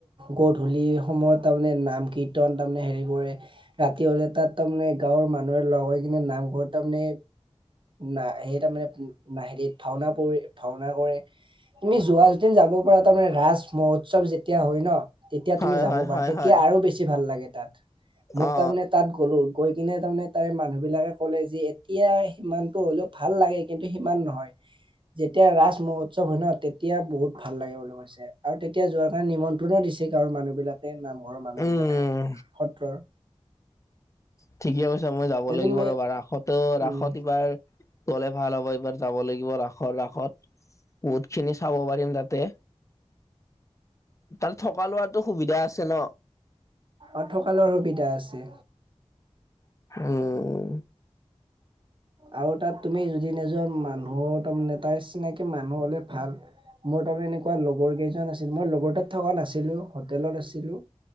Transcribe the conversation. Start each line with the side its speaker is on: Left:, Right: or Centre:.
Right: গধূলি সময়ত তাৰমানে নাম কি কীৰ্তন তাৰমানে হেৰি কৰে ৰাতি হ'লে তাত তাৰমানে গাঁৱৰ মানুহে লগ হৈ কিনে নামঘৰত তাৰমানে ন সেই তাৰ মানে হেতিত ভাওনা পৰি ভাওনা কৰে। তুমি যোৱা যদি যাব পৰা তাৰ মানে ৰাজ মহোৎসৱ যেতিয়া হয় ন তেতিয়া
Left: হয়
Right: তুমি যাব
Left: হয়
Right: পাৰা
Left: হয়
Right: তেতিয়া
Left: হয়
Right: আৰু বেছি ভাল লাগে তাত মোক
Left: অ
Right: তাৰমানে তাত গ'লো। গৈ কিনে তাৰমানে তাৰে মানুহবিলাকে ক'লে যে এতিয়াই আহি সিমানটো হ'লেও ভাল লাগে কিন্তু সিমান নহয়। যেতিয়া ৰাজ মহোৎসৱ হয় ন তেতিয়া বহুত ভাল লাগে বুলি কৈছে। আৰু তেতিয়া যোৱাৰ কাৰণে নিমন্ত্ৰণো দিছে গাঁৱৰ মানুহ বিলাকে নাম ঘৰৰ মানুহ
Left: উম
Right: বিলাকে সত্ৰৰ।
Left: ঠিকে কৈছা মই যাব
Right: এ
Left: লাগিব
Right: তুমি
Left: ৰ'বা ৰাসতো
Right: উম
Left: ৰাসত এইবাৰ। গ'লে ভাল হ'ব এইবাৰ যাব লাগিব ৰাসৰ ৰাসত। বহুত খিনি চাব পাৰিম তাতে। তাত থকা লোৱাটো সুবিধা আছে ন।
Right: অ' থকা লৰাৰ সুবিধা আছে
Left: উম।
Right: আৰু তাত তুমি যদি নিজৰ মানুহৰ তাৰে মানে তাৰ চিনাকি মানুহ হ'লে ভাল। মোৰ তাৰমানে এনেকুৱা লগৰ কেইজন আছিল মই লগৰ তাত থকা নাছিলোঁ হোটেলত আছিলোঁ।